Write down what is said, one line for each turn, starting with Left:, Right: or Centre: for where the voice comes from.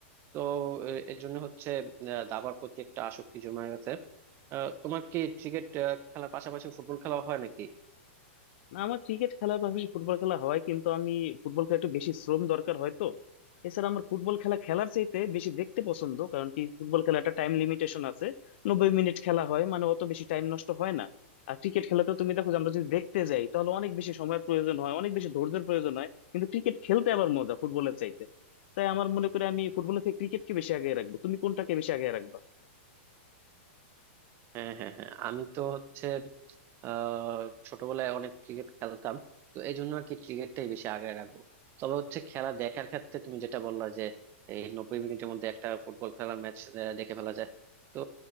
Right: তো এ- এই জন্য হচ্ছে আহ, দাবার প্রতি একটা আসক্তি জমে গেছে আহ, তোমার কি ক্রিকেট খেলার পাশাপাশি ফুটবল খেলা হয় নাকি
Left: না আমার ক্রিকেট খেলার পাশাপাশি ফুটবল খেলা হয় কিন্তু আমি ফুটবল খেলা একটু বেশি শ্রম দরকার হয় তো এছাড়া আমার ফুটবল খেলা খেলার চাইতে বেশি দেখতে পছন্দ কারণ কি ফুটবল খেলা একটা টাইম লিমিটেশন আছে নব্বই মিনিট খেলা হয় মানে অত বেশি টাইম নষ্ট হয় না আর ক্রিকেট খেলাতে তুমি দেখো যে আমরা যদি দেখতে যাই তাহলে অনেক বেশি সময়ের প্রয়োজন হয় অনেক বেশি ধৈর্যের প্রয়োজন হয় কিন্তু ক্রিকেট খেলতে আবার মজা ফুটবলের চাইতে তাই আমার মনে করি আমি ফুটবলের থেকে ক্রিকেটকে বেশি আগে রাখবো তুমি কোনটাকে বেশি আগে রাখবে
Right: হ্যাঁ হ্যাঁ হ্যাঁ আমি তো হচ্ছে আহ ছোটবেলায় অনেক ক্রিকেট খেলতাম তো এই জন্য আর কি ক্রিকেটটাই বেশি আগে রাখবো তবে হচ্ছে খেলা দেখার ক্ষেত্রে তুমি যেটা বললা যে এই নব্বই মিনিটের মধ্যে একটা ফুটবল খেলার ম্যাচ দেখে ফেলা যায় তো